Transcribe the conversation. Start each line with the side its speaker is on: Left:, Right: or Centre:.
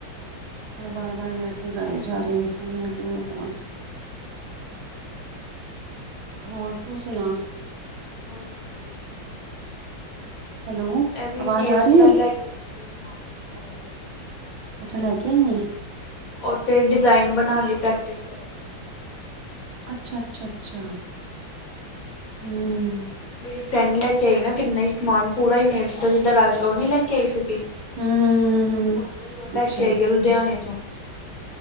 Right: ਬਾਰ- ਬਾਰ ਮੈਸੇਜ ਆਏ ਜਾ ਰਹੇ ਮੈ ਹੁਣ ਕਿਵੇਂ ਕਹਾਂ। ਹੋਰ ਤੂੰ ਸੁਣਾ?
Left: ਹੋਰ ਵਧੀਆ।
Right: ਹੈਲੋ
Left: ਇਹ ਵੀ
Right: ਆਵਾਜ਼
Left: ਨੇਲਸ
Right: ਆ ਰਹੀ
Left: ਦਾ
Right: ਹੈ
Left: ਲੈ ਕੇ ਆਈ ਸੀ ਸਮਾਨ ਥੋੜਾ ਜਿਹਾ।
Right: ਅੱਛਾ ਲੈਕੇ ਆਈ ਏ?
Left: ਉਹ ਤੇ ਡਿਜ਼ਾਇਨ ਬਣਾਉਣ ਲਈ ਪ੍ਰੈਕਟਿਸ ਕਰਨ ਲਈ।
Right: ਅੱਛਾ- ਅੱਛਾ- ਅੱਛਾ ਹੂ।
Left: ਮੇਰੀ ਫਰੈਡ ਲੈ ਕੇ ਆਈ ਨਾ ਕਿਨਾ ਹੀ ਸਮਾਨ ਪੂਰਾ ਹੀ ਨੇਲਜ ਦਾ ਜਿੱਦਾਂ ਰਾਜ ਉਹ ਨਹੀਂ ਲੈ ਕੇ ਆਈ ਸੀਗੀ।
Right: ਹੂੰ
Left: ਓਦਾਂ ਹੀ ਉਹ ਲੈ
Right: ਅੱਛਾ
Left: ਕੇ ਆਈ ਆਈ ਲੁਧਿਆਣੇ ਤੋ।